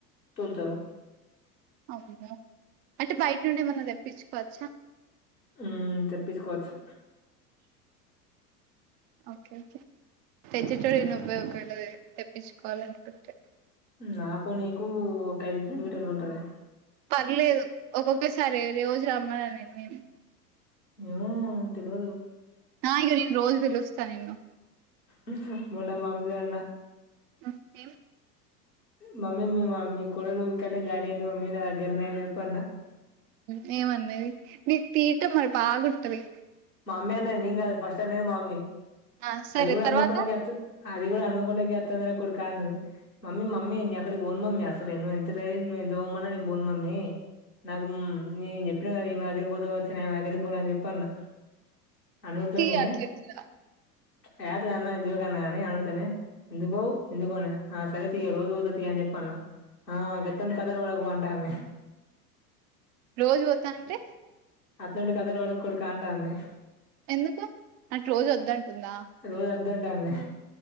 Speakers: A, on the left; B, on the right.
A: తోలుతార
B: అవున అంటే బయట నుండి ఏమన్న తెప్పిచుకోవచ్చా
A: మ్మ్ తెప్పిచుకోవచ్చు
B: ఓకే ఓకే తెచ్చేటోడు ఇంగ ఉపయోగం <unintelligible> తెప్పిచుకోవాలి అనుకుంటే
A: నాకు నీకు ఒక ఐదు కిలోమీటర్లు ఉంటది
B: పర్లేదు ఒక్కొక్కసారె రోజు రమ్మనను నిన్ని ఏమి
A: ఏమో తెల్వదు
B: ఆ ఇగ నేన్ రోజు పిలుస్త నిన్ను
A: హ్మ్ హు మొన్న మమ్మీ <unintelligible>
B: ఆ ఏమ్
A: మమ్మీ మీ మమ్మీ కోడల్ ఇక్కడనే జాయిన్ అయింది మమ్మీ నా దగ్గరనే అని చెప్పల్నా
B: మ్మ్ ఏమన్నది నీకు తీట మరి బాగుంటది
A: మామ్మీ అన్నది నేను గాదు ఫస్ట్ అన్నది మామ్మీ
B: ఆ సరే
A: అది కూడా
B: తర్వాత
A: హన్మకొండ కి వచ్చు అది కూడా హనుమకొండకె వత్తది రా కొడుకా అన్నది మమ్మీ మమ్మీ ఇంగ ఎక్కడ పోను మమ్మీ అసల్ నేను నువ్వు ఎంత ట్రై నువ్వు ఎంత పోమ్మన్నా నీ పోను మమ్మీ నాకు నీ చెప్ప ఇంక ఈమె దగ్గరకి పోతే పోవ్వచు నే దగ్గర పోను అని చెప్పి అన్న అనుడతోనే
B: తీ అట్ల ఇట్లా
A: యా అట్ల అన్నా ఇంక ఊకన్న నీ అగుతేనే ఎందుకు పోవు ఎందుకు పోని ఆ సరే తీ ఇగ రోజు పోతది తీ అని అన్న ఆ గట్టంది కాదరు కు పూ అంటాంది
B: రోజు పోతాను అంటే
A: అట్లాంటి కథలు పడకు కొడుకా అంటాంది
B: ఎందుకు అట్ల రోజు వద్దంటుందా
A: రోజు వద్దంటాంది